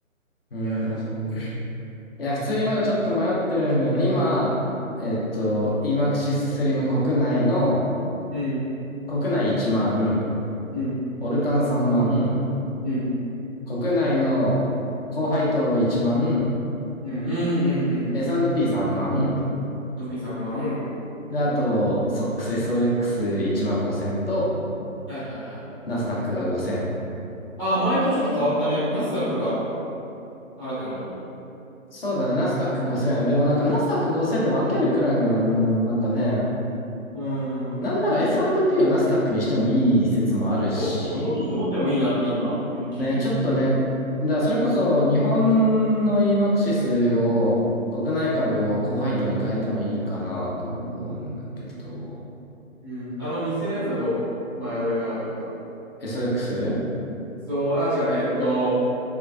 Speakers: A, on the left (about 45°); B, on the left (about 15°).
A: うー
B: やめてほし
A: ん。いや、普通にまだちょっと迷ってるんだよね。今、えっと、EMAXIS Slim 国内の、
B: い。うん、
A: 国内1万、
B: うん、
A: オルカン3万、
B: うん、
A: 国内の高配当1万、
B: うん、うん、うん、うん。
A: S&P3 万、
B: あのピーさん、まあ、うん。
A: で、あと、SOX、SOX1 万5000と、
B: はいはいはい。
A: ナスダックが5000。
B: ああ、前とちょっと変わったね。ナスダックが新たに。
A: そうだね、ナスダック5000。でもなんかナスダック5000で分けるくらいならもうなんかね、
B: うーん。
A: なんなら
B: なんかもうち
A: S&P をナスダックにしてもいい説もあるし、
B: ょっと、もうちょっと絞ってもいいなって今、み聞いてて思った。
A: ね、ちょっとね、だからそれこそ日本の EMAXIS を国内株を高配当に変えてもいいかなとも思うんだけど、
B: うん。あの、日0のやつはどう前俺が言った。
A: SOX?
B: そう、あ、違う、えーっと、